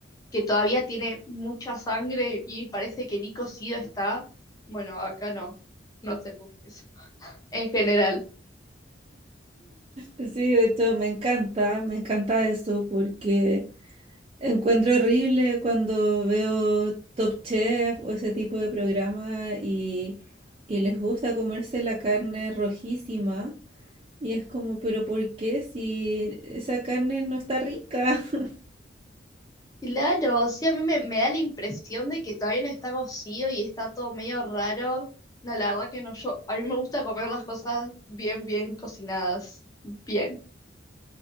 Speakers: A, on the left; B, on the right.
A: que todavía tiene mucha sangre y parece que ni cocido está. Bueno, acá no, no hacemos eso en general.
B: Sí, de hecho me encanta, me encanta eso porque encuentro horrible cuando veo Top Chef o ese tipo de programa y, y les gusta comerse la carne rojísima. Y es como, pero ¿por qué si esa carne no está rica? <laughs>
A: Claro, sí, a mí me, me da la impresión de que todavía no está cocido y está todo medio raro. No, la verdad que no, yo, a mí me gusta comer las cosas bien, bien cocinadas, bien. <gasps>